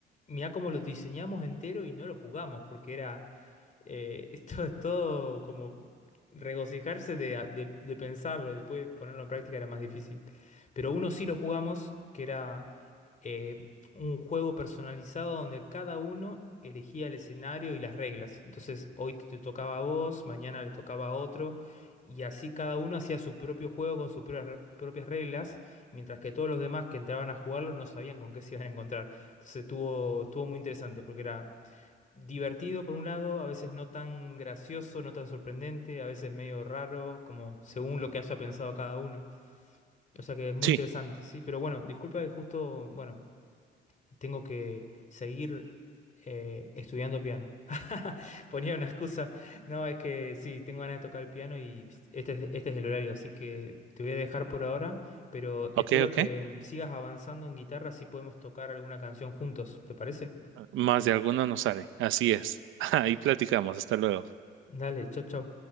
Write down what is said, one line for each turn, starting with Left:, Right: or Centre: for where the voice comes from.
Left: Mirá cómo lo diseñamos entero y no lo jugamos, porque era eh, <laughs> esto es todo como regocijarse de, de- de pensarlo y después ponerlo en práctica era más difícil. Pero uno sí lo jugamos, que era eh, un juego personalizado donde cada uno elegía el escenario y las reglas. Entonces hoy te te tocaba a vos, mañana le tocaba a otro. Y así cada uno hacía su propio juego con sus propias re- propias reglas, mientras que todos los demás que entraban a jugarlo no sabían con qué se iban a encontrar. Entonces estuvo, estuvo muy interesante porque era divertido por un lado, a veces no tan gracioso, no tan sorprendente, a veces medio raro, como según lo que haya pensado cada uno. O sea que es muy
Right: Sí,
Left: interesante, sí. Pero bueno, disculpa que justo, bueno, tengo que seguir eh, estudiando piano. <laughs> Ponía una excusa. No, es que sí, tengo ganas de tocar el piano y este es, este es el horario, así que te voy a dejar por ahora, pero
Right: ok,
Left: espero
Right: ok.
Left: que sigas avanzando en guitarra, así podemos tocar alguna canción juntos, ¿te parece?
Right: Más de alguna nos sale. Así es. <laughs> Ahí platicamos. Hasta luego.
Left: Dale, chau, chau.